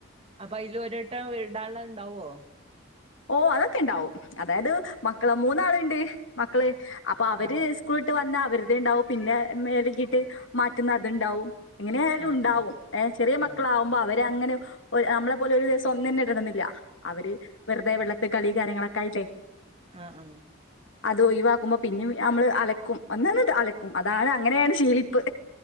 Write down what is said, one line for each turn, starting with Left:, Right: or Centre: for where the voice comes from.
Right: അപ്പൊ അതിൽ ഒരുവ ട്ടം ഇടാണ് ഉള്ളത് ണ്ടാവോ
Left: ഓ അതൊക്കെ ഇണ്ടാവും അതായത് മക്കള മൂന്നാളുണ്ട് മക്കള് അപ്പൊ അവര്
Right: ആഹ്
Left: സ്കൂളിട്ട് വന്ന വെറുതെ ഉണ്ടാവും പിന്നെ മേലക്കീട്ട് മാറ്റുന്ന അതുണ്ടാവും എങ്ങനൊയാലും
Right: ആഹ്
Left: ഉണ്ടാവുംഏ ചെറിയ മക്കളാാവുമ്പോ
Right: ആഹ്
Left: അവരെ അങ്ങനെ നമ്മളെ പോലെ ഒരു ദിവസം ഒന്നും തന്നെ ഇടുന്നില്ല അവര് മറ്റു കളി കാര്യങ്ങളൊക്കെയില്ലേ
Right: ആഹ ആഹ
Left: ഇത് ഒഴിവാക്കുമ്പോ പിന്നെ നമ്മള് അലക്കും ഒന്ന്ന്നി് അലക്കും അതാണ് അങ്ങനെയാണ് ശീലിപ്പ്